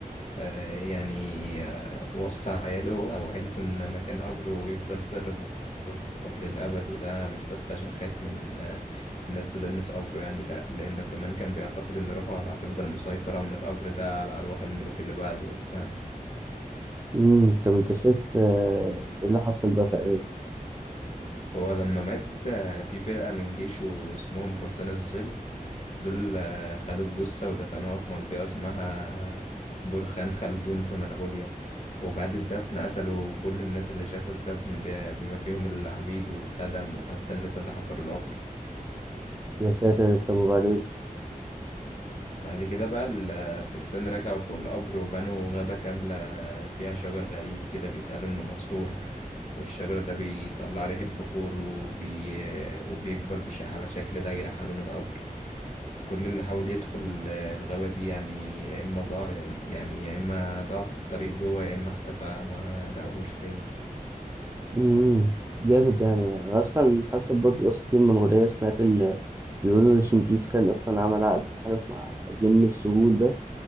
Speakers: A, on the left; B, on the right.
A: آه يعني آه وصى عياله او عيلته ان مكان قبره يفضل سر مطلق للابد وده مش بس عشان خايف من آه الناس تدنس قبره يعني لا لانه كمان كان بيعتقد ان روحه هتفضل مسيطرة من القبر ده على ارواح الملوك اللي بعده وبتاع
B: أمم طب أنت شايف آه، إيه اللي حصل بقى فعليا؟
A: هو لما مات آه، في فرقة من جيشه اسمهم فرسان الظل دول آه، خدوا الجثة ودفنوها في منطقة اسمها آه، برخان خلدون في منغوليا وبعد الدفن قتلوا كل الناس اللي شافوا الدفن ب- بما فيهم العبيد والخدم وحتى الناس اللي حفروا القبر
B: يا ساتر طب وبعدين؟
A: بعد كده بقى الفرسان رجعوا فوق القبر وبنوا غابة كاملة آه، فيها شجر غريب كده بيتقال إنه مسحور والشجر ده بيطلع ريح البخور وبي... وبيكبر بش... على شكل دايرة حوالين القبر وكل اللي حاول يدخل آه، الغابة دي يعني يا إما ضاع يا إما- يعني يا إما ضاع في الطريق جوه يا إما اختفى ما لقوهوش تاني
B: امم جامد يعني انا اصلا حسب برضه قصة المنغولية سمعت ان بيقولوا شنكيز خان اصلا عمل عقد تحالف مع جن السهول ده